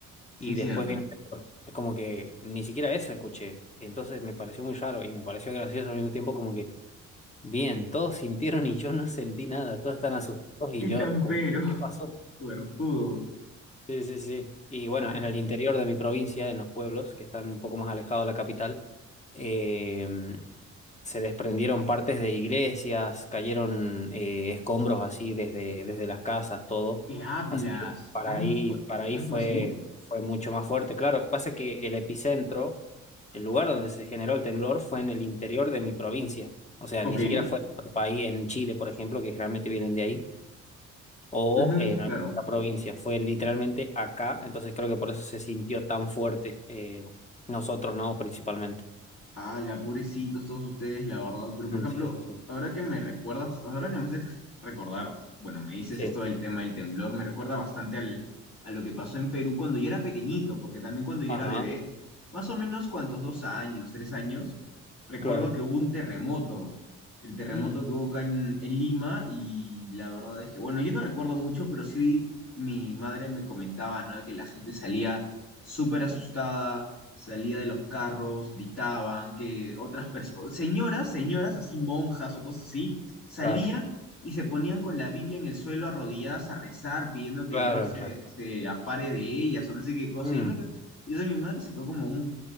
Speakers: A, on the left (about 50°); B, on the left (about 25°).
A: sí
B: y
A: es
B: después
A: cierto.
B: viene el temblor. Es como que ni siquiera eso escuché. Y entonces me pareció muy raro y me pareció gracioso al mismo tiempo, como que, bien, todos sintieron y yo no sentí nada, todos están asustados y
A: Qué
B: yo
A: champero,
B: como que,
A: <laughs>
B: ¿qué pasó?
A: suertudo.
B: Sí, sí, sí. Y bueno,
A: Ay,
B: en el interior de mi provincia, en los pueblos que están un poco más alejados de la capital, eh, se desprendieron partes de iglesias, cayeron eh, escombros así desde, desde las casas, todo.
A: ¿qué hablas?
B: Así que para
A: ¿Tan
B: ahí,
A: fu-
B: para ahí
A: ¿Tanto
B: fue,
A: así?
B: fue mucho más fuerte. Claro, pasa que el epicentro, el lugar donde se generó el temblor, fue en el interior de mi provincia. O sea,
A: Ok.
B: ni siquiera fue en otro país, en Chile, por ejemplo, que realmente vienen de ahí o
A: Ujú,
B: en alguna
A: claro.
B: otra provincia. Fue literalmente acá, entonces creo que por eso se sintió tan fuerte eh, nosotros, ¿no? Principalmente.
A: Ah, la pobrecitos todos ustedes, la verdad. Pero,
B: Mm,
A: por ejemplo,
B: sí, sí, sí.
A: ahora que me recuerdas, ahora que me haces recordar, bueno, me dices
B: Sí.
A: esto del tema del temblor, me recuerda bastante al, a lo que pasó en Perú cuando yo era pequeñito, porque también cuando yo
B: Ajá,
A: era bebé, más o menos cuántos dos años, tres años, recuerdo
B: claro.
A: que hubo un terremoto, el terremoto
B: Mm,
A: que hubo acá en, en Lima, y la verdad es que, bueno, yo no recuerdo mucho, pero sí mi madre me comentaba, ¿no? De que la gente salía súper asustada salía de los carros, gritaban, que otras personas, señoras, señoras así, monjas o cosas así, salían
B: claro,
A: y se ponían con la Biblia en el suelo arrodilladas a rezar, pidiendo que
B: claro,
A: Dios los- se,
B: Rafa.
A: se ampare de ellas o no sé qué cosa.
B: Mm,
A: Y yo, me quedo- y, o sea, mi madre se quedó como un,